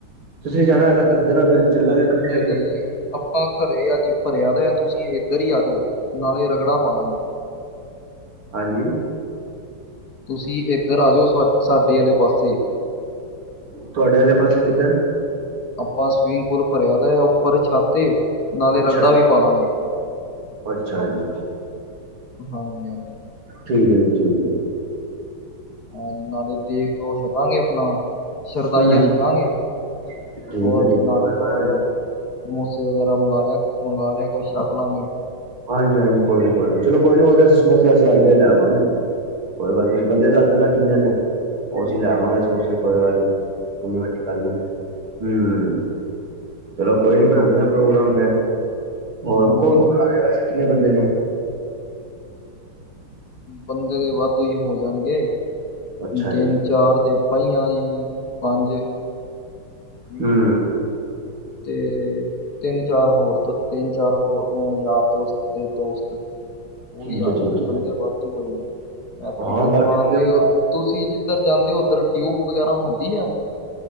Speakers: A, on the right; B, on the left.
A: ਤੁਸੀਂ ਜਾਣਾ, ਹੈਗਾ, ਦੱਸ ਦੇਣਾ ਫਿਰ? ਚੱਲਾਂਗੇ ਇਕੱਠੇ
B: ਨਹੀਂ
A: ਹੋ
B: -ਨਹੀਂ
A: ਕੇ
B: ਜੀ। ਆਪਾਂ ਘਰੇ ਆ ਜੀ, ਭਰਿਆ ਤਾਂ ਤੁਸੀਂ ਇੱਧਰ ਹੀ ਆ ਜਾਓ, ਨਾਲੇ ਰਗੜਾ ਪਾ ਲਾਂਗੇ।
A: ਹਾਂਜੀ।
B: ਤੁਸੀਂ ਇੱਧਰ ਆ ਜਾਓ, ਸਾਡੇ ਆਲੇ ਪਾਸੇ
A: ਤੁਹਾਡੇ ਆਲੇ, ਪਾਸੇ ਕਿੱਧਰ
B: ਆਪਾਂ ਸਵੀਮਿੰਗ ਪੂਲ ਭਰਿਆ, ਤਾਂ ਉੱਪਰ ਛਾਤੇ ਨਾਲੇ
A: ਅੱਛਾ
B: ਰਗੜਾ ਵੀ ਪਾਲਾਂਗੇ।
A: ਅੱਛਾ ਜੀ,
B: ਹਾਂਜੀ, ਹਾਂਜੀ,
A: ਠੀਕ ਹੈ, ਜੀ ਠੀਕ ਹੈ।
B: ਹਾਂਜੀ ਨਾਲੇ ਦੇਗ ਉਹ ਛਕਾਂਗੇ, ਆਪਣਾ ਸ਼ਰਦਾਈਆਂ
A: ਹੂੰ ਠੀਕ
B: ਛਕਾਂਗੇ।
A: ਹੈ
B: ਹੋਰਗੇ,
A: ਠੀਕ
B: ਨਾਲ
A: ਕੋਈ
B: ਹੀ ਥੋੜ੍ਹਾ
A: ਗੱਲ ਨੀ
B: ਜਾ। ਸਮੋਸੇ ਵਗੈਰਾ ਮੰਗਵਾ ਲਿਆ, ਮੰਗ ਲਿਆ ਕੁਈ ਛੱਕ ਲਾਂਗੇ।
A: ਹਾਂਜੀ -ਹਾਂਜੀ ਕੋਈ ਨੀ, ਕੋਈ ਨੀ, ਚਲੋ ਕੋਈ ਨੀ, ਉਹਸੀ ਸਮੋਸੇ ਅਸੀਂ ਜਾਂਦੇ ਲੈਵਾਂਗੇ। ਕੋਈ ਗੱਲ ਨਹੀਂ, ਤੁਸੀਂ ਬੰਦੇ ਦੱਸ ਦੇਣਾ ਕਿੰਨੇ ਨੇ? ਉਹ ਅਸੀਂ ਲੈ ਲਵਾਂਗੇ, ਸਮੋਸੇ ਕੋਈ ਗੱਲ ਨੀ। ਨੀ ਵ, ਕਰ ਨੂੰ ਹੁੰ। ਚਲੋ ਕੋਈ ਨੀ ਬਣਾਦੇ ਆ, ਪ੍ਰੋਗਰਾਮ ਫੇਿਰ ਹੋਰ
B: ਹਾਂਜੀ
A: ਕੌਣ
B: ਹਾਂਜੀ
A: ਕੌਣ ਲ ਵੈਸੇ ਕਿੰਨੇ ਬੰਦੇ ਨੇ?
B: ਬੰਦੇ ਦੇ ਵੱਧੂ ਹੀ ਹੋ ਜਾਣਗੇ।
A: ਅੱਛਾ
B: ਤਿੰਨ
A: ਜੀ
B: ਚਾਰ ਤੇ, ਆਪਾਂ ਹੀ ਆ, ਜੀ ਪੰਜ ਅਮ,
A: ਹੁੰ।
B: ਤੇ ਤਿੰਨ ਚਾਰ ਹੋਰ, ਤਿੰਨ ਚਾਰ ਹੋਰ ਨੇ ਯਾਰ ਦੋਸਤ ਦੇ ਦੋਸਤ। ਉਹ
A: ਠੀਕ
B: ਵੀ ਆ
A: ਹੈ
B: ਜਾਣਗੇ,
A: ਠੀਕ
B: ਬੰਦੇ
A: ਹੈ
B: ਵਾਧੂ ਹੋਏ ਨੇ,
A: ਹਾਂ
B: ਟਿਊ
A: ਬਸ
B: ਪਾ
A: ਠੀਕ
B: ਤੇ
A: ਹੈ
B: ਤੁਸੀਂ ਜਿੱਧਰ ਜਾਂਦੇ ਹੋ, ਓਧਰ ਟਿਊਬ ਵਗੈਰਾ ਹੁੰਦੀ ਹੈ